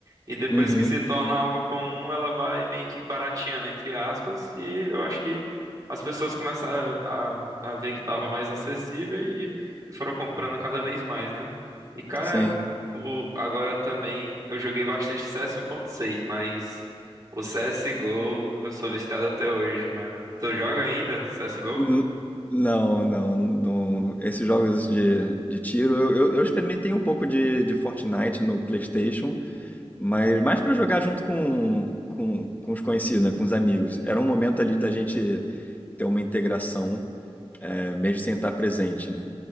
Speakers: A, on the right; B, on the left.
A: E depois
B: Uhum,
A: que se torna algo comum, ela vai meio que barateando, entre aspas, e eu acho que as pessoas começaram a, a, a ver que estava mais acessível e, e foram comprando cada vez mais, né? E, cara,
B: sim.
A: o, agora também eu joguei bastante CS 1.6, mas. O CSGO, eu sou viciado até hoje, mano. Tu joga ainda CSGO?
B: N- não, não, não. Esses jogos de, de tiro, eu, eu, eu experimentei um pouco de, de Fortnite no PlayStation, Mas mais pra jogar junto com, com, com os conhecidos, né? Com os amigos. Era um momento ali da gente ter uma integração, é, mesmo sem estar presente, né?